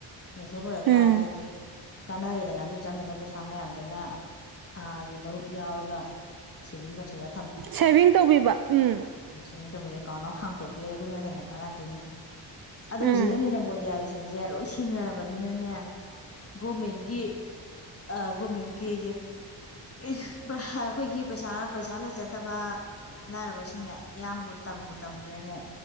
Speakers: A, on the left (about 30°); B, on the right (about 50°).
A: ꯑꯁꯤ ꯐꯔꯛꯇꯔꯒꯗꯤ
B: ꯎꯝ
A: ꯀꯥꯟꯅꯔꯦꯗꯅ ꯑꯗꯨ ꯆꯪꯒꯗꯕ ꯄꯩꯁꯥ ꯃꯌꯥꯝꯗꯨꯅ ꯑꯥꯒꯤ ꯃꯔꯨꯞ ꯌꯥꯎꯔꯒ ꯁꯦꯚꯤꯡ ꯇꯧꯁꯜꯂ
B: ꯁꯦꯚꯤꯡ ꯇꯧꯕꯤꯕ ꯎꯝ
A: ꯁꯦꯕꯤꯡ ꯇꯦꯕꯤꯔꯥ ꯑꯦꯀꯥꯎꯟ ꯍꯥꯡꯇꯣꯛꯄꯤꯔ ꯑꯗꯨꯅ ꯍꯦꯟꯅ ꯀꯥꯟꯅꯗꯣꯏꯅꯤ ꯑꯗꯣ
B: ꯎꯝ
A: ꯍꯧꯖꯤꯛꯀꯤꯅꯤꯅ ꯅꯣꯕꯣꯗꯤꯌꯥꯒꯤꯁꯤꯡꯁꯦ ꯂꯣꯏ ꯁꯤꯡꯅꯔꯕꯅꯤꯅꯅꯦ ꯒꯣꯃꯦꯟꯒꯤ ꯑꯥ ꯒꯣꯃꯦꯟꯒꯤꯌꯦ ꯑꯦ ꯑꯩꯈꯣꯏꯒꯤ ꯄꯩꯁꯥ ꯄꯩꯁꯥ ꯂꯩꯖꯗ ꯐꯠꯇꯕ ꯂꯥꯏꯔꯕꯁꯤꯡꯅ ꯏꯌꯥꯝꯕꯨ ꯇꯝꯕꯨ ꯇꯝꯗ꯭ꯔꯦꯅꯦ